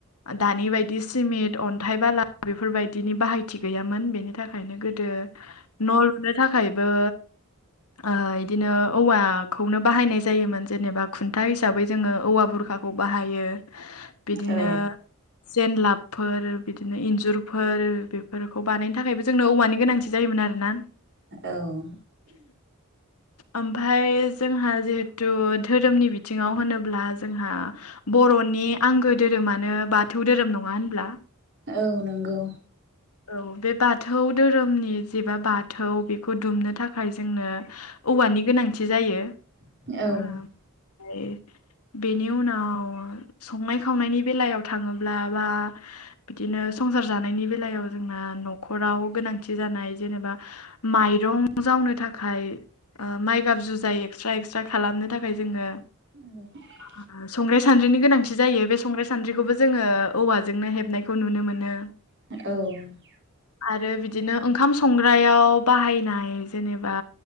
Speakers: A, on the left; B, on the right.
A: दानि बायदि सिमिट अन्थाइ बाला बेफोरबायदिनि बाहायथि गैयामोन बेनि थाखायनो गोदो न' लुनो थाखायबो ओ इदिनो औवाखौनो बाहायनाय जायोमोन जेनेबा खुन था हिसाबै जोङो औवा बुरखाखौ बाहायो बिदिनो
B: औ
A: जेनलाबफोर बिदिनो इन्जुरफोर बेफोरखौ बानायनो थाखाय बो जोंनो औवानि गोनांथि जायोमोन आरो ना।
B: औ
A: ओमफाय जोंहा जिहेथु धोरोमनि बिथ थिङाव होनोब्ला जोंहा बर'नि आंगो धोरोमानो बाथौ धोरोम नङा होनब्ला?
B: औ नंगौ।
A: औ बे बाथौ धोरोमनि जेबा बाथौ बेखौ दुमनो थाखाय जोंनो औवानि गोनांथि जायो।
B: औ
A: ओमफ्राय <inaudible> बेनि उनाव संनाय खावनायनि बेलायाव थाङोब्ला बा बिदिनो संसार जानायनि बेलायाव जोंना न'खराव गोनांथि जानाय जेनेबा माइरं जावनो थाखाय ओ माइगाब जुजाय एक्सट्रा एक्सट्रा खालामनो थाखाय जोङो
B: <inaudible>
A: आ <inaudible> संग्राय सान्द्रिनि गोनांथि जायो बे संग्राय सान्द्रिखौबो जोङो औवाजोंनो हेबनायखौ नुनो मोनो।
B: औ
A: आरो बिदिनो ओंखाम संग्रायाव बाहायनाय जेनेबा